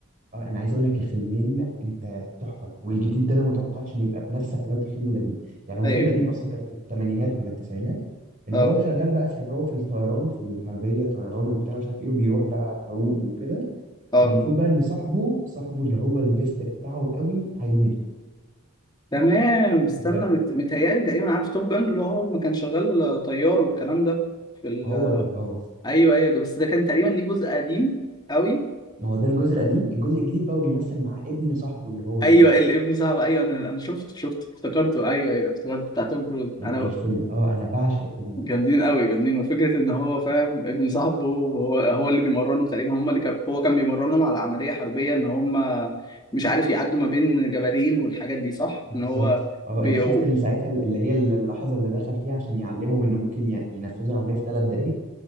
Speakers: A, on the right; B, on the left.
A: اه انا عايز اقول لك الفيلمين انت تحفه والجديد ده انا ما توقعتش ان يبقى بنفس حلاوه الفيلم القديم يعني هو
B: ايوه
A: فيلم قديم اصلا كان في الثمانينات ولا التسعينات ان
B: اه
A: هو شغال بقى في ان هو في الطيران في الحربيه طيران وبتاع مش عارف ايه وبيروح بقى حروب وكده
B: اه
A: والمفروض بقى ان صاحبه صاحبه اللي هو البيست بتاعه قوي هيموت
B: تمام استنى
A: وغ-
B: مت... متهيألي تقريبا عارف توب جن اللي هو ما كان شغال طيار والكلام ده في ال...
A: هو ده اه
B: ايوه ايوه ده بس ده كان تقريبا ليه جزء قديم قوي
A: ما هو ده الجزء القديم الجزء الجديد بقى وبيمثل مع ابن صاحبه اللي هو مات
B: ايوه
A: ده
B: الابن صعب ايوه انا انا شفته شفته افتكرته ايوه ايوه افتكرته بتاع توم كروز
A: ال-
B: انا
A: الفيلم اه انا بعشق الفيلم
B: جامدين قوي جامدين وفكره ان هو فاهم ابن صاحبه وهو هو اللي بيمرنه تقريبا هم اللي كان هو كان بيمرنهم على عمليه حربيه ان هم مش عارف يعدوا ما بين جبلين والحاجات دي صح
A: بالظبط
B: ان هو
A: اه
B: بيو...
A: انت شفت اللي ساعتها اللي هي اللحظه اللي دخل فيها عشان يعلمهم ان ممكن ي- ينفذوا العمليه في ثلاث دقائق